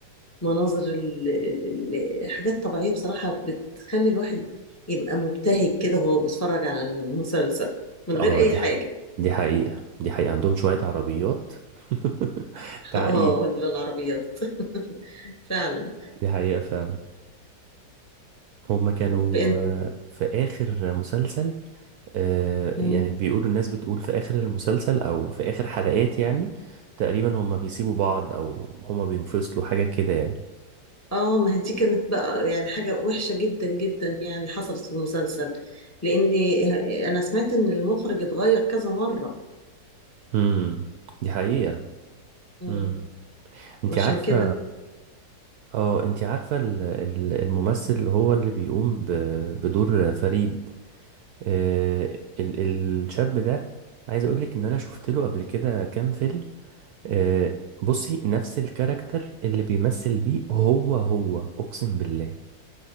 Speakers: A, on the left; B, on the right.
A: والمناظر ال- ال- ال- الحاجات الطبيعية بصراحة بتخلي الواحد يبقى مبتهج كده وهو بيتفرج على المسلسل من غير
B: اه
A: أي
B: دي
A: حاجة
B: ح- دي حقيقة دي حقيقة عندهم شوية عربيات <laughs> تعقيد
A: اه ولا العربيات <laughs> فعلا
B: دي حقيقة فعلا هما كانوا
A: بإن...
B: آه، في آخر مسلسل آه،
A: مم.
B: يعني بيقولوا الناس بتقول في آخر المسلسل أو في آخر حلقات يعني تقريبا هما بيسيبوا بعض أو هما بينفصلوا حاجة كده يعني
A: اه ما هي دي كانت بقى يعني حاجة وحشة جدا جدا يعني حصلت في المسلسل لأني أنا سمعت إن المخرج اتغير كذا مرة
B: امم دي حقيقة
A: مم.
B: امم انت
A: عشان
B: عارفة
A: كده
B: اه انت عارفة ال- ال- الممثل اللي هو اللي بيقوم ب- بدور فريد آه، ال- الشاب ده عايز اقول لك ان انا شفت له قبل كده كام فيلم آه، بصي نفس الكاركتر اللي بيمثل بيه هو هو اقسم بالله